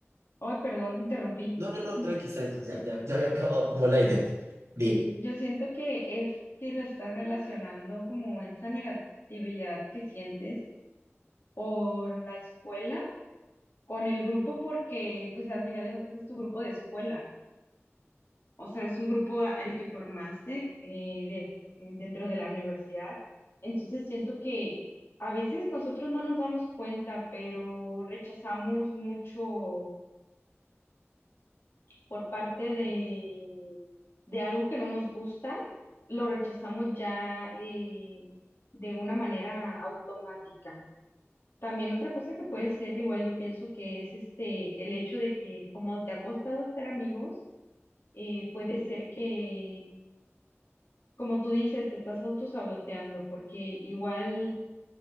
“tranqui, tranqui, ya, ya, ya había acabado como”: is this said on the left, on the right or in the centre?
Right